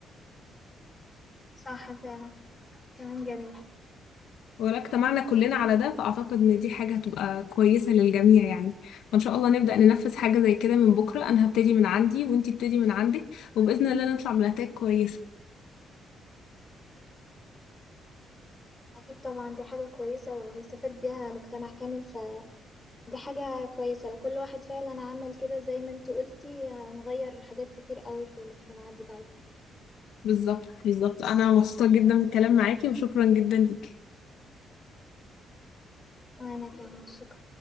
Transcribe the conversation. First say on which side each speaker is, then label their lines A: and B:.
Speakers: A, on the left; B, on the left.
A: صح فعلا كلام جميل
B: ولا اجتمعنا كلنا على ده فأعتقد إن دي حاجة هتبقى كويسة للجميع يعني فإن شاء الله نبدأ ننفذ حاجة زي كده من بكرة أنا هبتدي من عندي وإنتي ابتدي من عندك وبإذن الله نطلع بنتائج كويسة
A: أكيد طبعا دي حاجة كويسة وهيستفاد بيها مجتمع كامل فدي حاجة كويسة لو كل واحد فعلا عمل كده زي ما انت قلتي هنغير حاجات كتير قوي في المجتمعات بتاعتنا
B: بالظبط بالظبط أنا مبسوطة جدا بالكلام معاكي وشكرا جدا ليكي
A: وأنا كمان شكرا